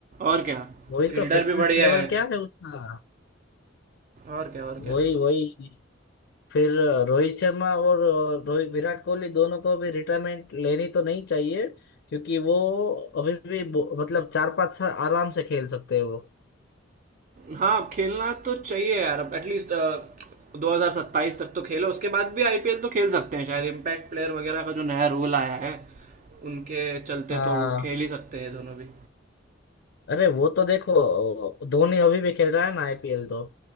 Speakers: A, on the right; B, on the left.
A: और क्या
B: वही
A: फील्डर
B: तो फिटनेस
A: भी बढ़िया
B: लेवल
A: है
B: क्या है उसका
A: और क्या और क्या
B: वही वही फिर रोहित शर्मा और रोहित विराट कोहली दोनों को भी रिटायरमेंट लेनी तो नहीं चाहिए क्योंकि वो अभी भी बो- मतलब चार पांच साल आराम से खेल सकते हैं वो
A: हाँ अब खेलना तो चाहिए यार अब एटलीस्ट 2027 तक तो खेलो उसके बाद भी आईपीएल तो खेल सकते हैं शायद इम्पैक्ट प्लेयर वगैरह का जो नया रूल आया है उनके चलते
B: हाँ
A: तो खेल ही सकते हैं दोनों भी
B: अरे वो तो देखो धोनी अभी भी खेल रहा है ना आईपीएल तो